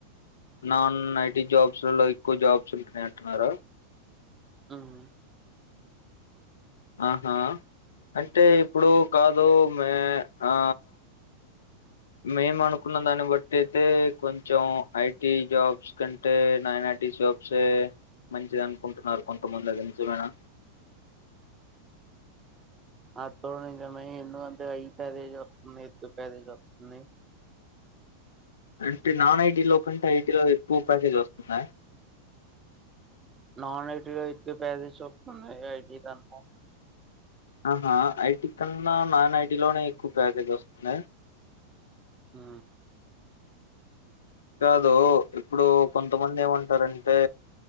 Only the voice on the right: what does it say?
ఉమ్
అ తడుమ ఎ అంత అ ప్యారేజ్ వస్తుంది ఎ ప్యారేజ్ వస్తుంది
నాన్ ఐటీలో అయితే పేదేస్ చెతున్నా ఐటీ దనుకో
ఆ